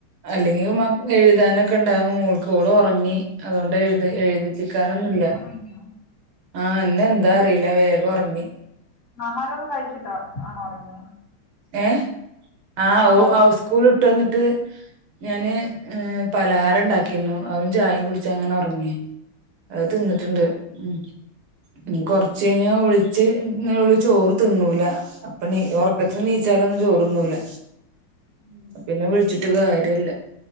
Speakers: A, on the right; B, on the left.
A: അല്ലെങ്കിലും മക എഴുതാനൊക്കെ ഒണ്ടാവും മോൾക്ക് ഓള് ഒറങ്ങി അതുകൊണ്ട് എഴു എഴുതി നിക്കാനൊന്നുല്ല
B: നേരത്തെ ഉറങ്ങിയോ
A: ആ ഇന്ന് എന്താ അറിയില്ല വേഗം ഉറങ്ങി
B: ആഹാരോക്കെ കഴിച്ചിട്ടാ ആണോ ഉറങ്ങിയെ
A: ഏഹ് ആഹ്
B: ആഹാരം
A: ഓൻ സ്കൂൾ വിട്ട് വന്നിട്ട് ഞാന് പലഹാരം ഉണ്ടാക്കിരുന്നു അതും ചായയും കുടിച്ചാ അങ്ങനെ ഉറങ്ങി അത് തിന്നിട്ടുണ്ട്
B: ഉം,
A: ഉം ഇനി കൊറച്ച് കഴിഞ്ഞാ വിളിച്ച് ഇന്ന് ഇവള് ചോറ് തിന്നൂല അപ്പൊ നീ ഉറക്ക ഇപ്പം എണീച്ചാലൊന്നും ചോറ് തിന്നൂല്ല
B: ഉം,
A: പിന്നെ വിളിച്ചിട്ടും കാര്യല്ല